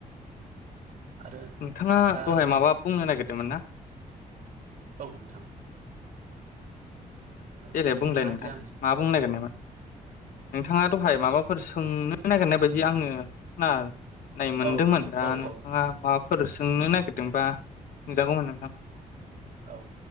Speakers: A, on the right; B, on the left.
A: आरो
B: नोंथाङा
A: दा
B: दहाय माबा बुंनो नागिरदोमोन ना
A: औ नोंथां ओ
B: देलाय बुंलाय
A: हमनो
B: नोंथां
A: हादिया आं
B: मा बुंनो नागिरनायमोन नोंथाङा दहाय माबाफोर सोंनो नागिरनाय बायदि आङो ना नाय मोनदोंमोन
A: ओ
B: दा
A: औ
B: नोंथाङा
A: औ
B: मा फोर सोंनो नागिरदोंबा सोंजागौमोन नोंथां
A: औ